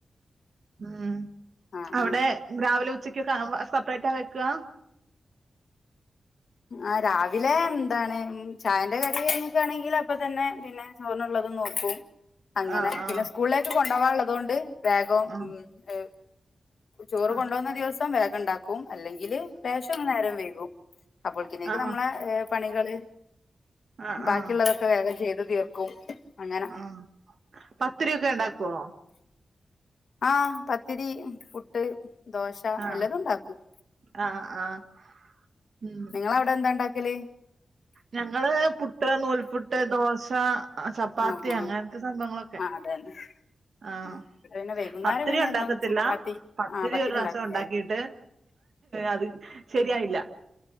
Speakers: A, on the right; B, on the left.
A: മ്മ്
B: ആ
A: അവിടെ രാവിലെ ഉച്ചക്കക്കെ സെപ്പറേറ്റ വെയ്ക്കാ
B: ആഹ് രാവിലെ എന്താണ് ഉം ചായന്റെ കടി കഴിഞ്ഞിട്ടാണെങ്കില് അപ്പതന്നെ പിന്നെ ചോറിനുള്ളത് നോക്കും അങ്ങനെ
A: ആഹ് ആഹ്
B: പിന്നെ സ്കൂളിലേക്ക് കൊണ്ടു പോവാനുള്ളതൊണ്ട് വേഗം
A: ആഹ്
B: ഉം എ ചോറ്
A: ആഹ്
B: കൊണ്ടുപോന്ന ദിവസം വേഗണ്ടാക്കും അല്ലെങ്കില് ലേഷം നേരം വൈകും അപ്പോൾക്കന്നേക്ക്
A: ആഹ്
B: നമ്മളെ പണികള്
A: ആഹ്
B: ബാക്കിയുള്ളത
A: ആഹ്
B: ക്കെ വേഗം ചെയ്ത് തീർക്കും അങ്ങനെ
A: ആഹ് പത്തിരിയൊക്കെ ഇണ്ടാക്കുവോ
B: ആഹ് പത്തിരി പുട്ട് ദോശ
A: ആഹ്
B: എല്ലതും ഉണ്ടാക്കും
A: ആഹ് ആഹ് ഉം
B: നിങ്ങളവിടെ എന്തായിണ്ടാക്കല്
A: ഞങ്ങള് പുട്ട് നൂൽപുട്ട് ദോശ ആ ചപ്പാത്തി
B: ആഹ് ആഹ്
A: അങ്ങനത്തെ സംഭങ്ങളൊക്കെ
B: ആഹ് അതന്നെ
A: ആഹ്
B: ഉം ഇവിടെ പിന്നെ വൈകുന്നേരം
A: പത്തിരി
B: പിന്നെ
A: ഉണ്ടാക്കത്തില്ല
B: എന്നും ചപ്പാത്തി
A: പത്തിരി
B: ആഹ്
A: ഒരു പ്രാശ്യം
B: ഉണ്ടാക്കും
A: ഉണ്ടാക്കിട്ട്
B: ആഹ്
A: അത് ശരിയായില്ല